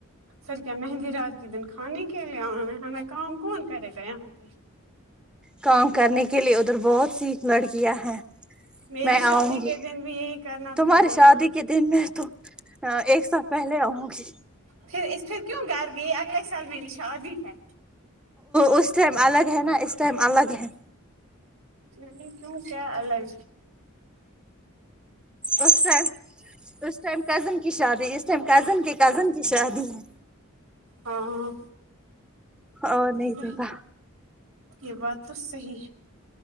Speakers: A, on the right; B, in the centre.
A: سر کیا مہندی رات کے دن کھانے کے لیے آ میں ہمیں کام کون کرے گا یہاں پہ
B: کام کرنے کے لیے ادھر بہت سی لڑکیاں ہیں
A: میری
B: میں
A: شادی
B: آؤں
A: کے
B: گی
A: دن بھی یہی کرنا
B: تمہاری
A: پھر بولنا
B: شادی کے دن میں تو ایک سال پہلے آؤں گی
A: پھر اس پھر کیوں گھر گئی اگلے سال میری شادی ہے
B: اسس ٹائم الگ ہے نا اس ٹائم الگ ہے
A: نہیں کیوں کیا الگ
B: اس ٹائم اس ٹائم کزن کی شادی اس ٹائم کزن کے کزن کی شادی ہے
A: ہاں
B: ہ نہیں
A: صحیح
B: تو کیا
A: یہ بات تو صحیح ہے